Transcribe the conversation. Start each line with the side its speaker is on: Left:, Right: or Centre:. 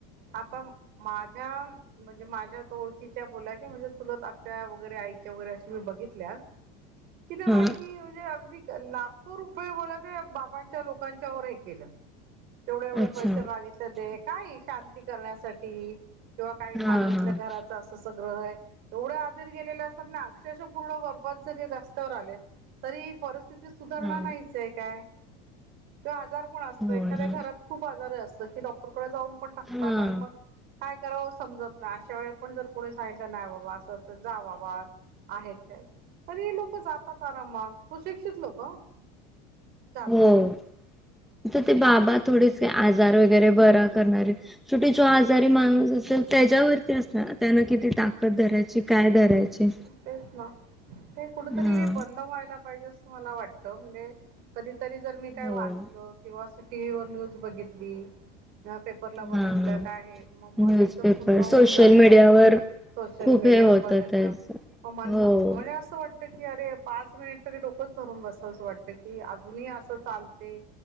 Right: आता माझ्या म्हणजे माझ्या. ओळखीच्या बोला क म्हणजे चुलत आत्या वगैरे आईच्या वगैरे असे मी बघितल्या. तिथे
Centre: हा
Right: बाहिनी म्हणजे अगदी. लाखो रुपये वळ बाबांच्या लोकांच्या व हे केलं. तेवढे एवढे
Centre: अच्छा
Right: पैसे मागितले दे काय. शांती करण्यासाठी नाहीतर काय सांगितलं
Centre: हा हा
Right: घराचं असं. ग्रह आहे एवढ्या आधीर गेलेले असतात ना अक्षेश पूर्ण बर्बद जरी रस्त्यावर आले. तरी पर. स्ि सुधारणा
Centre: हा
Right: नाहीचय काय किंवा आजार पण असतो
Centre: हो
Right: एखाद्या
Centre: ना
Right: घरात खूप आजार असत. डॉक्टरडे जाऊन पण टाकात
Centre: हा
Right: मग काय. करा समजत ना अशा वेळी पण जर कोुणी सांितलं नाही बाबा अस जा बाबा. आहेत काय तरी लोक जातात आराम मग तू शिक्षित लोक. जातात.
Centre: हो तर ते बाबा थोडेसे काही आजार वगैरे बरा करणारे शेवटी जो आजारी माणूस असेल. त्याच्यावरती असणार त्यान किती ताकद धरायची काय धरायची.
Right: तेच ना हे कुठतरी
Centre: हा
Right: हे बंद व्हायला पाहिजे. वाट म्हणजे कधीतरी जर मी काय
Centre: हो
Right: वाचल किंवा. टीव्हीवर न्यूज बघितली. पेपरला बघितलं
Centre: हा
Right: काय आहे मग मन
Centre: न्यूजपेपर
Right: एकदम फन्न होऊन
Centre: सोशल
Right: जात.
Centre: मीडियावर
Right: सोशल
Centre: खूप
Right: मीडियावरर
Centre: हे होत
Right: बघत
Centre: त्याच
Right: ना. म म्हण
Centre: हो
Right: म्हणजे असं वाटतं की अरे पाच मिनिट तर की ोकंच. ब वाटत क अजूनही असं चालते